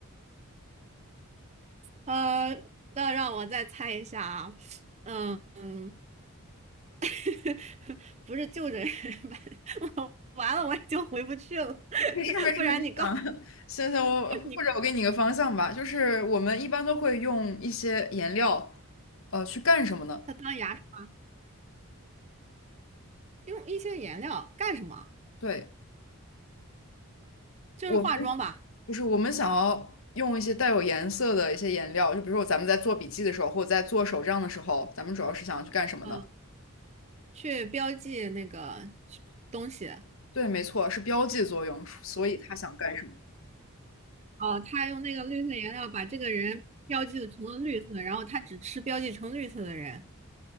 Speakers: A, on the right (about 30°); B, on the left (about 65°).
A: 呃，那让我再猜一下啊，嗯嗯，<laughs> 不是就着人吧 <laughs> 我完了，我已经回不去了，<laughs>
B: 没事没事，
A: 不然你告
B: 你想，<laughs> 行行，我或者我给你个方向吧，
A: 你
B: 就是我们一般都会用一些颜料，呃，去干什么呢？
A: 他当牙刷用一些颜料干什么？
B: 对。
A: 就是化妆吧，
B: 我们。就是我们想要用一些带有颜色的一些颜料，就比如说咱们在做笔记的时候，或者在做手账的时候，咱们主要是想要去干什么呢？
A: 嗯，去标记那个东西。
B: 对，没错，是标记作用，所以他想干什么？
A: 哦，他用那个绿色颜料把这个人标记成了绿色，然后他只吃标记成绿色的人。